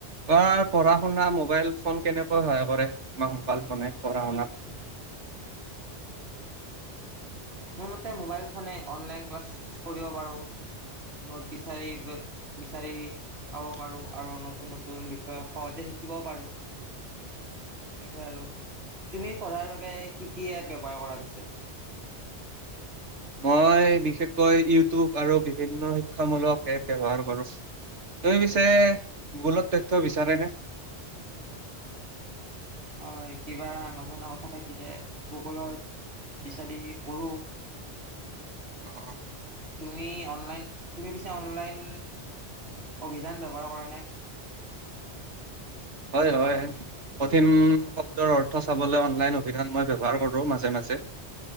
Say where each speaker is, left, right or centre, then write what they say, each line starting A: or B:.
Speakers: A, on the right; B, on the right.
A: তমাৰ পঢ়া শুনা মোবাইল ফোন কেনেকৈ সহায় কৰে তোমাৰ মোবাইল ফোনে পঢ়া শুনা?
B: <inaudible> মোৰ মতে মোবাইল ফোনে অনলাইন ক্লাছ কৰিব পাৰোঁ। নোট বিচাৰি বিচাৰি পাব পাৰো আৰু নতুন নতুন বিষয় সহজে শিকিব পাৰো, তেনেকৈ আৰু তুমি পঢ়াৰ বাবে কি কি এপ ব্যৱহাৰ কৰা প হৈছে?
A: মই বিশেষকৈ ইউটিউব আৰু বিভিন্ন শিক্ষামূলক এপ ব্যৱহাৰ কৰোঁ। তই পিছে ভোুলত তথ্য বিচাৰেনে?
B: হয় কিবা নজনা কথা থাকিলে গুগলত বিচাৰি পঢ়োঁ।
A: অ',
B: তুমি অনলাইন, তুমি পিছে অনলাইন অভিধান ব্যৱহাৰ কৰা নে?
A: হয় হয় কঠিন শব্দৰ অৰ্থ চাবলৈ অনলাইন অভিধান মই ব্যৱহাৰ কৰো মাজে মাজে।